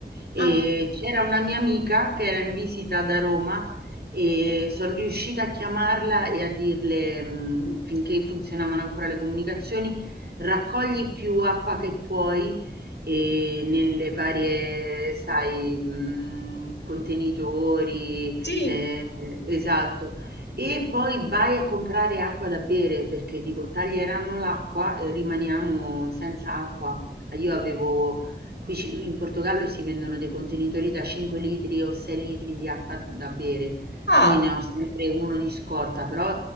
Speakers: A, on the right; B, on the left.
A: E
B: ah,
A: c'era una mia amica che era in visita da Roma e sono riuscita a chiamarla e a dirle, mh, finché funzionavano ancora le comunicazioni, raccogli più acqua che puoi e nelle varie, sai, mh, contenitori
B: sì.
A: Ehm, esatto. E poi vai a comprare acqua da bere perché dico taglieranno l'acqua e rimaniamo senza acqua. Ah, Io avevo qui ci- in Portogallo si vendono dei contenitori da 5 litri o 6 litri di acqua da bere,
B: Ah,
A: quindi ne ho sempre uno di scorta, però